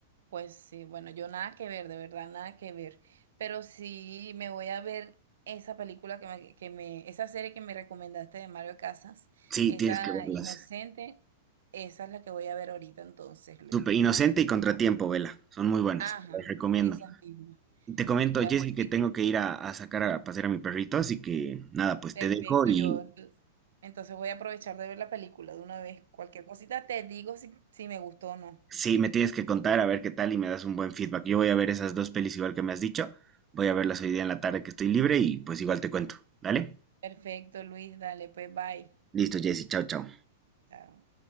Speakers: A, on the right (about 80°); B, on the right (about 20°).
A: Pues sí, bueno, yo nada que ver, de verdad, nada que ver. Pero sí me voy a ver esa película que me, que me, esa serie que me recomendaste de Mario Casas,
B: Sí,
A: esa
B: tienes que verlas.
A: Inocente, esa es la que voy a ver ahorita entonces, Luis.
B: Súper inocente y contratiempo, vela. Son muy buenas,
A: Ajá,
B: te las recomiendo.
A: esa misma.
B: Te comento,
A: Bueno,
B: Jessy, que
A: Luis,
B: tengo que ir a, a sacar a pasear a mi perrito, así que nada, pues
A: perfecto,
B: te dejo y
A: yo entonces, entonces voy a aprovechar de ver la película de una vez. Cualquier cosita te digo si, si me gustó o no.
B: sí, me tienes que contar a ver qué tal y me das un buen feedback. Yo voy a ver esas dos pelis igual que me has dicho. Voy a verlas hoy día en la tarde que estoy libre y pues igual te cuento. ¿Dale?
A: Perfecto, Luis, dale, pues bye.
B: Listo, Jessy, chao, chao.
A: Chao.